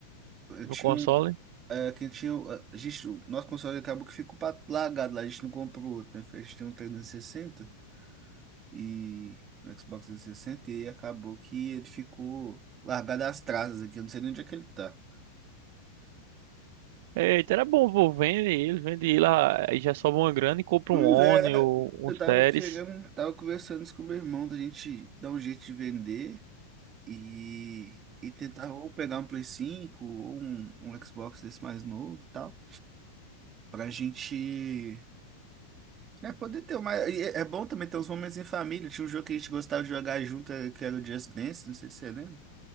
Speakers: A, on the right; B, on the right.
A: Eu
B: no
A: tinha
B: console.
A: um... é, quem tinha... A gente, o nosso console acabou que ficou pra- largado lá, a gente não comprou outro, né? A gente tem um 360 e no Xbox 360 e sessenta, e acabou que ele ficou largado às traças aqui, eu não sei nem onde é que ele tá.
B: Eita, era bom, pô. Vende ele, vende ele. ah, Aí já sobe uma grana e compra
A: Pois
B: um One
A: é,
B: ou
A: eu
B: um
A: tava
B: Series.
A: querendo, tava conversando isso com meu irmão da gente dar um jeito de vender e, e tentar ou pegar um Play 5 ou um, um Xbox desse mais novo e tal, pra gente. né poder ter uma. e É é bom também ter uns momentos em família. Tinha um jogo que a gente gostava de jogar junto, eh, que era o Just Dance, não sei se você lembra.